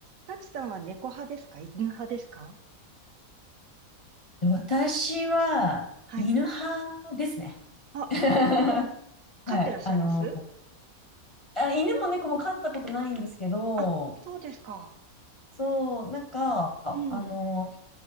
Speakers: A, on the right; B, on the left.
A: タチさんは猫派ですか犬派ですか
B: 私は、
A: はい。
B: 犬派ですね。
A: あ、
B: <laughs>
A: 飼ってらっしゃいます
B: はい。あの、あ、犬も猫も飼ったことないんですけど、
A: あ、そうですか。
B: そう、なんか、あの、
A: うん、